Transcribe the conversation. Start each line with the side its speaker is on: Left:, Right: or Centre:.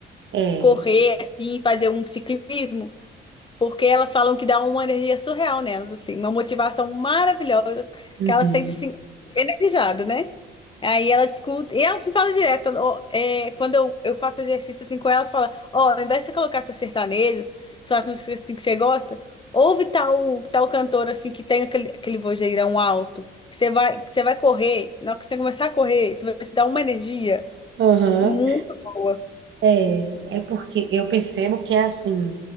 Right: é,
Left: Correr, assim, fazer um ciclismo. Porque elas falam que dá uma energia surreal nelas, assim, uma motivação maravilhosa,
Right: uhum,
Left: que elas sentem assim, energizada, né? Aí elas escutam, e elas me falam direto, ó, é, quando eu, eu faço exercício assim com elas, fala, ó, ao invés de você colocar seu sertanejo, suas músicas assim que você gosta, ouve tal, tal cantor assim que tem aquele, aquele vozeirão alto, que você vai, que você vai correr, na hora que você começar a correr, isso vai te dar uma energia
Right: aham,
Left: muito boa.
Right: é, é porque eu percebo que é assim,